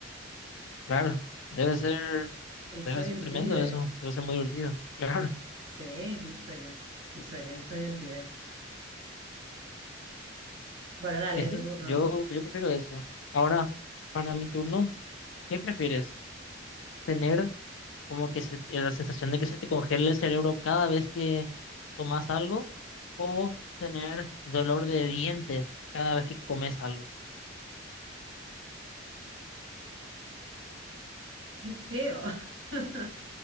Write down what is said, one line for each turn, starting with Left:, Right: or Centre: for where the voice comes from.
Left: claro, debe ser,
Right: El
Left: debe
Right: sueño
Left: ser
Right: del
Left: tremendo
Right: pibe.
Left: eso, debe ser muy divertido. Claro.
Right: Sí, es mi sueño, mi sueño, el sueño del pibe. Bueno, dale,
Left: Y sí,
Right: tu turno.
Left: yo, yo prefiero eso. Ahora, para mi turno, ¿qué prefieres? ¿Tener como que se- eh, la sensación de que se te congela el cerebro cada vez que tomas algo? ¿O tener dolor de dientes cada vez que comes algo?
Right: Qué feo. <laughs>